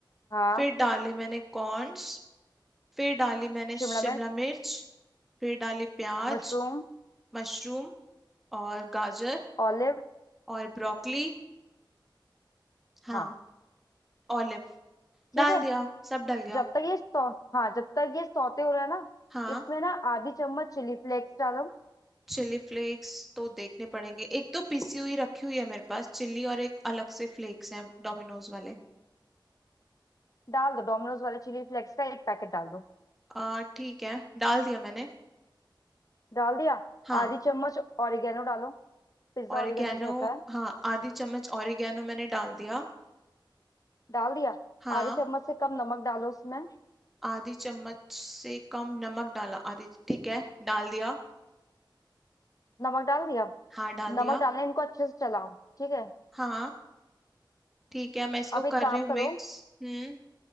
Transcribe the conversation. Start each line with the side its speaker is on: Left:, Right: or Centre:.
Left: हाँ
Centre: फिर डाले मैंने कॉर्न्स फिर डाली मैंने
Left: शिमला
Centre: शिमला
Left: मिर्च
Centre: मिर्च फिर डाली प्याज
Left: मशरूम
Centre: मशरूम और गाजर
Left: ऑलिव
Centre: और ब्रोकली हाँ
Left: हाँ
Centre: ऑलिव डाल
Left: ठीक है
Centre: दिया सब डल गया
Left: जब तक ये सौ हाँ जब तक ये सौते हो रहा है ना
Centre: हाँ
Left: इसमें ना आधी चम्मच चिली फ्लेक्स डालो
Centre: चिली फ्लेक्स तो देखने पड़ेंगे एक तो पिसी हुई रखी हुई है मेरे पास चिली और एक अलग से फ्लेक्स हैं डोमिनोज वाले
Left: डाल दो डोमिनोज वाले चिली फ्लेक्स का एक पैकेट डाल दो
Centre: आ ठीक है डाल दिया मैंने
Left: डाल दिया
Centre: हाँ
Left: आधी चम्मच ऑरिगेनो डालो पिज्जा
Centre: ऑरिगेनो
Left: ऑरिगेनो जो होता है
Centre: हाँ आधी चम्मच ऑरिगेनो मैंने डाल दिया
Left: डाल दिया
Centre: हाँ
Left: आधे चम्मच से कम नमक डालो उसमें
Centre: आधी चम्मच से कम नमक डाला आधी ठीक है डाल दिया
Left: नमक डाल दिया
Centre: हाँ डाल दिया
Left: नमक डालने इनको अच्छे से चलाओ ठीक है
Centre: हाँ ठीक है मैं इसको
Left: अब एक
Centre: कर
Left: काम
Centre: रही हूँ
Left: करो
Centre: मिक्स हम्म